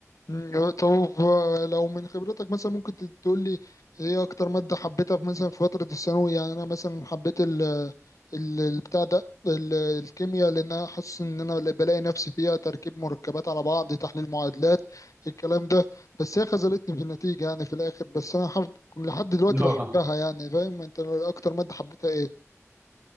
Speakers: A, on the left; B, on the right.
A: مم، طب آه، لو من خبرتك مثلا ممكن تقول لي ايه اكتر مادة حبيتها في مثلا في فترة الثانوي يعني انا مثلا حبيت ال ال- البتاع ده ال- الكيمياء لان انا حاسس ان انا اللي بلاقي نفسي فيها تركيب مركبات على بعض تحليل معادلات الكلام ده بس هي خذلتني في النتيجة يعني في الاخر بس انا حب لحد دلوقتي
B: <laughs> اللي
A: بحبها
B: هو
A: يعني فاهم انت اكتر مادة حبيتها ايه